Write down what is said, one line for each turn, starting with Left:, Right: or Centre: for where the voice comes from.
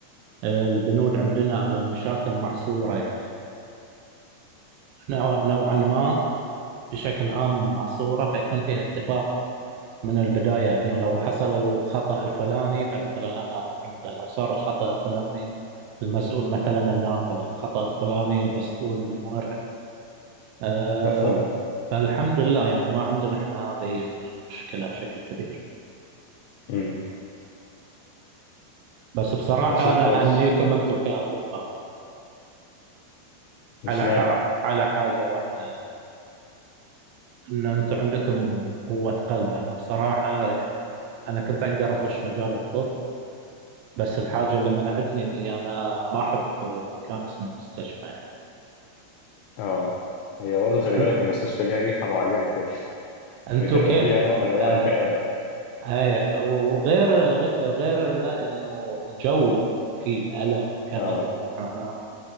Right: آه، البنود عندنا أو المشاكل محصورة يعني نوع- نوعا ما بشكل عام محصورة فيكون فيها اتفاق من البداية أنه لو حصل الخطأ الفلاني فمثلا أنا أتحمل لو صار الخطأ الفلاني المسؤول مثلا الناقل الخطأ الفلاني المسؤول المورد أه
Left: مفهوم
Right: فالحمد لله يعني ما عندنا احنا هذه المشكلة بشكل كبير
Left: امم
Right: بس بصراحة
Left: ده شيء
Right: أنا
Left: كويس
Right: أهنيكم أنتم كأطباء
Left: مش
Right: على
Left: معنى
Right: ح... على حاجة واحدة أن أنتم عندكم قوة قلب أنا بصراحة يعني أنا كنت أقدر أخش مجال الطب بس الحاجة اللي منعتني إني أنا ما أحب مكان اسمه مستشفى يعني
Left: اه هي برضه خلي
Right: أن-
Left: بالك المستشفى ليها ريحه معينه كده <laughs>
Right: أنتوا
Left: بتبقى
Right: كيف؟
Left: فيها نوع من انواع
Right: آه
Left: الكآبه
Right: هاي وغير غير ذا إنه جو فيه الألم وكذا
Left: اه
Right: والمعاناة